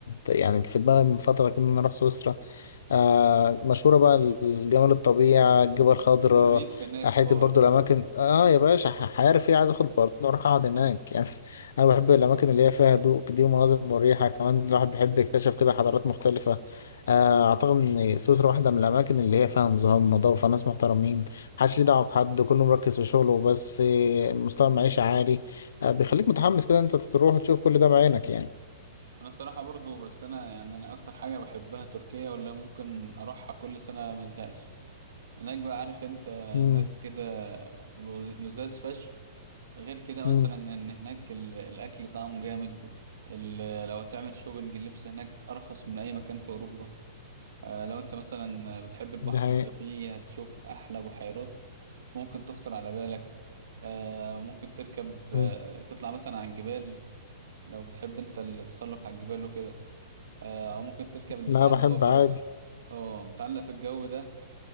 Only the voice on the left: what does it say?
يعني في دماغي من فترة كده ان انا اروح سويسرا آه مشهورة بقى الجمال الطبيعة الجبال الخضراء
حتة
برضو الاماكن اه يا باشا ح- عارف ايه عايز اخد بارتنر واروح اقعد هناك <laughs> يعني انا بحب الاماكن اللي هي فيها هدوء دي ومناظر مريحة كمان الواحد بيحب يكتشف كده حضارات مختلفة آه اعتقد ان سويسرا واحدة من الاماكن اللي هي فيها نظام نظافة ناس محترمين محدش ليه دعوه بحد كله مركز في شغله بس مستوى المعيشه عالي آه، بيخليك متحمس كده انت تروح تشوف كل ده بعينك يعني
امم
امم
ده حقيقي
مم.
لا بحب
عادي